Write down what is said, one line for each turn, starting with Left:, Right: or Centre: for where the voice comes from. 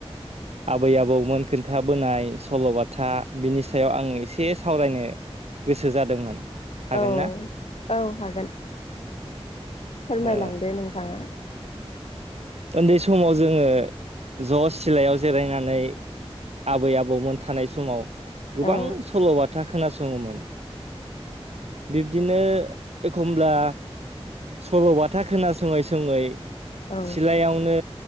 Right: आबै आबौमोन खोन्थाबोनाय सल'बाथा बिनि सायाव आङो एसे सावरायनो गोसो जादोंमोन हागोन
Left: औ
Right: ना
Left: औ हागोन फोरमायलांदो
Right: ओ
Left: नोंथाङा
Right: ओन्दै समाव जोङो ज' सिलायाव जिरायनानै आबै आबौमोन थानाय समाव गोबां
Left: औ
Right: सल'बाथा खोनास'ङोमोन बिब्दिनो एखमब्ला सल'बाथा खोनासङै सङै
Left: औ
Right: सिलायावनो